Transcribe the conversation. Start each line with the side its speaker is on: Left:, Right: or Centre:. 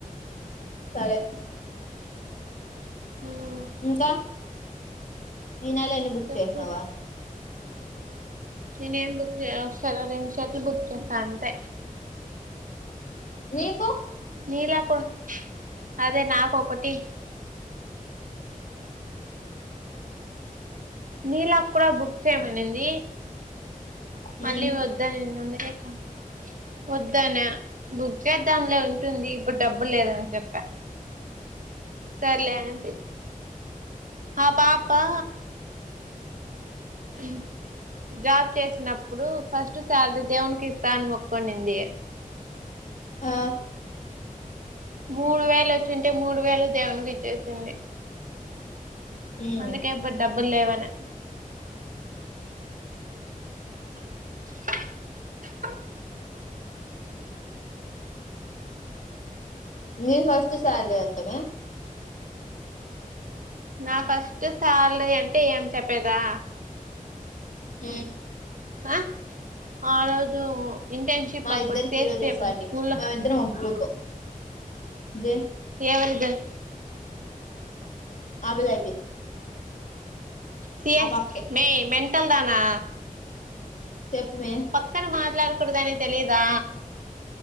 Left: సరే
Right: హుమ్
Left: ఇంకా ఈ నెల ఎన్ని బుక్
Right: చెప్పు
Left: చేసవా
Right: నేను ఏం బుక్ చేయ ఒకసారి రెండు షట్లు బుక్ చేస అంతే
Left: నీకు
Right: నీలా కొ అదే నాకు ఒకటి నీలా కుడా బుక్ చేయమనింది
Left: ఉహు
Right: మళ్ళీ వద్దనింది అందుకే ఇంకా వద్దనా బుక్ చేదంలే ఉ ఉంటుంది ఇప్పుడు డబ్బు లేదని చెప్పా సర్లేఆంటీ ఆ పాపా హు జాబ్ చేసినప్పుడు ఫస్ట్ సాలరీ దేవుకి ఇస్తా అని మొక్కొనింది
Left: ఆ
Right: మూడు వేలు వచ్చింటే మూడు వేలు దేవునికి ఇచ్చేసింది
Left: ఉమ్
Right: అందుకే ఇప్పుడు డబ్బులు లేవనే <unintelligible>
Left: మీ ఫస్ట్ సార్లీ ఎంతమే
Right: నా ఫస్ట్ సార్లీ అంటే ఏం చెప్పేదా
Left: హుమ్
Right: ఆ ఆ రోజు ఇంటర్న్షిప్
Left: మా
Right: అప్పుడు
Left: ఇద్దరికి
Right: సిఎస్పి
Left: ఈరోజు
Right: అప్పుడు
Left: స్టార్టింగ్
Right: స్కూల్లో
Left: మా ఇద్దరం అకగ్రూపే ఎ
Right: ఎవరిదర్
Left: ఆమెది అయిపోయింది
Right: సిఎస్
Left: ఆ పాపకే
Right: మేయ్ మెంటల్ దనా
Left: చెప్పుమే
Right: పక్కన మాట్లాడుకుడదని తెలిదా